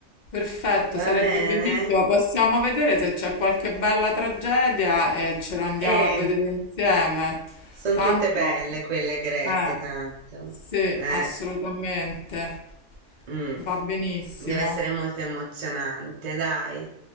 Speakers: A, on the left (about 55°); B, on the right (about 45°).
A: Perfetto,
B: va
A: sarebbe
B: bene?
A: bellissimo. Possiamo vedere se c'è qualche bella tragedia e ce la andiamo
B: E
A: a vedere insieme.
B: sono
A: Tanto,
B: tutte belle quelle greche,
A: eh,
B: tanto.
A: sì,
B: Eh.
A: assolutamente,
B: Mm.
A: va benissimo.
B: Deve essere molto emozionante, dai.